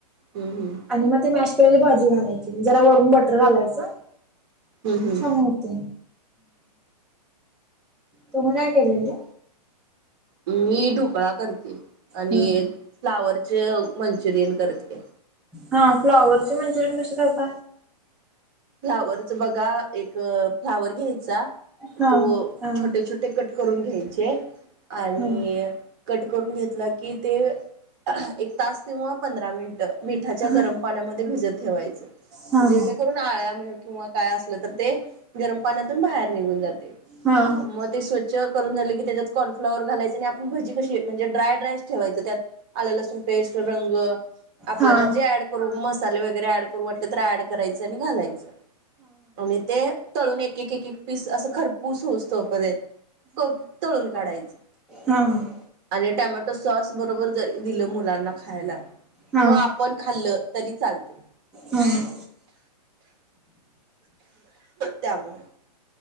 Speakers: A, on the right; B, in the centre.
A: हम्म हम्म
B: आणि मग ते मॅश केलेली भाजी घालायची जरा वरून बटर बटर घालायचं
A: हम्म हम्म
B: छान होते. तुम्ही काय केलेली?
A: मी ढोकळा करते आणि
B: हम्म
A: फ्लावरचे मंचुरियन करते.
B: हा फ्लाॉवरचे मंचुरियन कसे करत
A: फ्लावरचा बघा एक फ्लावर घ्यायचा
B: हा
A: तो
B: हा
A: छोटे छोटे ते कट करून घ्यायचे आणि
B: हा
A: कट करून घेतलं की ते एक तास किवा पंधरा मिनटं मिठाच्या
B: हा
A: गरम पाण्यामध्ये भिजत ठेवायचं
B: हा
A: जेणेकरून अळ्या किंवा काय असलं तर ते गरम पाण्यातून बाहेर निघून जाते
B: हा
A: मग ते स्वच्छ करून झाले की त्यात कॉर्नफ्लावर घालायचे आणि आपण भजी कशी म्हणजे ड्राय ड्राय ठेवायचं त्यात आल लसून पेस्ट रंग आपल्याला
B: हा हा
A: जे ऍड करू मसाले वगैरे ऍड वाट तर ऍड करायचं आणि घालायचं. आणि ते तळून एक एक एक पीस असं खरपूस होउस तोपर्यंत. खप तळून काढायचं.
B: हा हा.
A: आणि टॅमॅटो सॉस बरोबर जरी दिलं मुलांना खायला
B: हा
A: किंवा पण खाल्लं तरी चालते.
B: हम!
A: त्यामुळे.